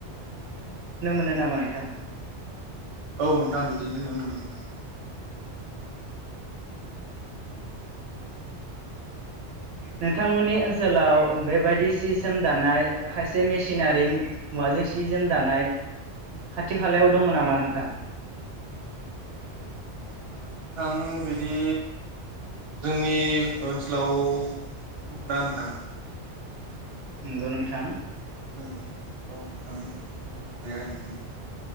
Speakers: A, on the right; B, on the right.
A: नो नामा नोंथां?
B: औ नोंथां बिदिनो नुनो मोन नोंथां।
A: नोंथांमोननि ओनसोलाव बेबायदि सि सोम दानाय खायसे मेसिनारि मु मुवाजों सि जोम दानाय खाथि खालायाव दङ नामा नोंथां?
B: ओ नोंथां बिदि जोंनि ओनसोलाव नुनो मोना नोंथां।
A: नोंगौ नोंथां।
B: जोंनियाव औ नोंथां जोंनाव गैया इदि